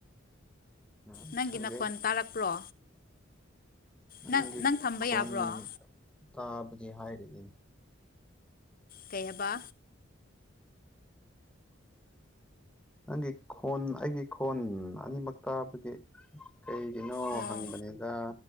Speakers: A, in the centre; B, on the left.
A: ꯎꯝ
B: ꯅꯪꯒꯤ
A: ꯈꯪꯗꯦ
B: ꯅꯈꯣꯟ ꯇꯥꯔꯛꯄ꯭ꯔꯣ
A: ꯅꯪꯒꯤ
B: ꯅꯪ ꯅꯪ ꯊꯝꯕ
A: ꯈꯣꯟ
B: ꯌꯥꯕ꯭ꯔꯣ
A: ꯇꯥꯕꯗꯤ ꯍꯥꯏꯔꯤꯅꯤꯅꯦ
B: ꯀꯩ ꯍꯥꯕ
A: ꯅꯪꯒꯤ ꯈꯣꯟ ꯑꯩꯒꯤ ꯈꯣꯟ ꯑꯅꯤꯃꯛ ꯇꯥꯕꯒꯤ ꯀꯩꯒꯤꯅꯣ
B: ꯑꯣ
A: ꯍꯪꯕꯅꯤꯗ